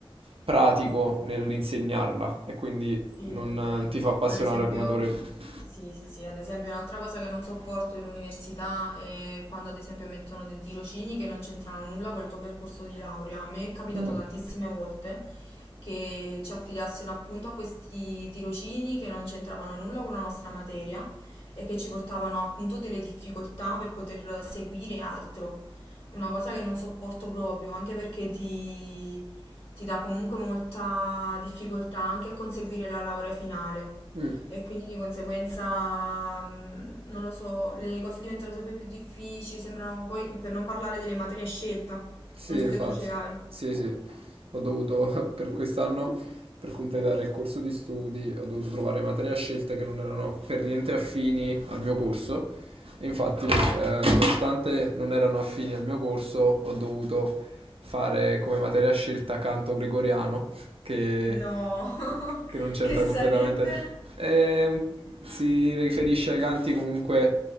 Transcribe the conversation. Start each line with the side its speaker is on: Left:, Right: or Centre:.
Right: pratico nell'insegnarla e quindi
Left: Sì,
Right: non
Left: è vero.
Right: eh, ti fa appassionare
Left: Ad esempio,
Right: come dovrebbe.
Left: sì, sì, sì, ad esempio un'altra cosa che non sopporto dell'università è quando ad esempio mettono dei tirocini che non c'entrano nulla col tuo percorso di laurea. A me è capitato
Right: Mm.
Left: tantissime volte che ci affidassero appunto a questi tirocini che non c'entravano nulla con la nostra materia e che ci portavano appunto delle difficoltà per poter seguire altro. Una cosa che non sopporto proprio, anche perché ti ti dà comunque molta difficoltà anche a conseguire la laurea finale
Right: Mm.
Left: e quindi di conseguenza, mh, non lo so, le cose diventano sempre più difficili, sembrano poi, per non parlare delle materie a scelta,
Right: Sì,
Left: non so
Right: infatti,
Left: se tu ce l'hai.
Right: sì, sì, ho dovuto <laughs> per quest'anno, per completare il corso di studi, ho dovuto trovare materie a scelta che non erano per niente affini al mio corso e infatti, eh, nonostante non erano affini al mio corso, ho dovuto fare come materia a scelta canto gregoriano, <laughs> che,
Left: No,
Right: che non
Left: <laughs>
Right: c'entra
Left: che sarebbe?
Right: completamente. ne- è un- si riferisce ai canti comunque